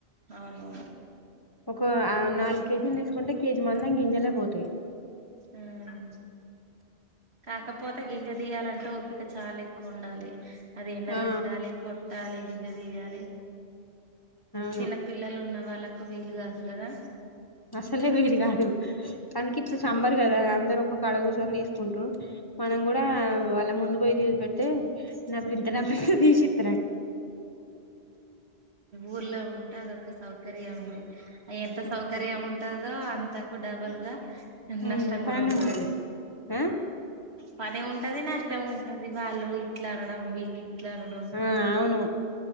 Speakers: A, on the right; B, on the left.
A: అవునవును
B: ఒక నాలుగు కేజీలు తీసుకుంటే కేజీ మళ్ గింజలే పోతాయి
A: ఆ కాకపోతే గింజ దియాలంటే పిక చాలా ఎక్కువ ఉండాలి అదేం
B: ఆ
A: పెట్టాలి కొ తాలే గింజదియాలే
B: అవును
A: చిన్నపిల్లలు ఉన్న వాళ్ళక్ వీలు కాదు కదా
B: అసలే విలుకాదు తనికి ఇప్పుడు సమ్మర్ కదా అందరు ఒక పడవుస్ తీసుకుంట్రూ మనం కూడా వాళ్ళ ముందు <unintelligible> తే నప్రింత నప్రింత తీషిన్రు
A: ఊర్లో ఉంటే అది ఓ క సౌకర్యం ఎంత
B: ఉమ్,
A: సౌకర్యం ఉంటది ఓ అంతకు డబుల్గా
B: ఉమ్,
A: నష్టాంగుడా
B: పని
A: ఉంటది
B: ఆ
A: పని ఉంటది నష్టం ఉంటది వాళ్ళు ఇట్లా అనడం వీల్ ఇట్ల అనడం
B: ఆ అవును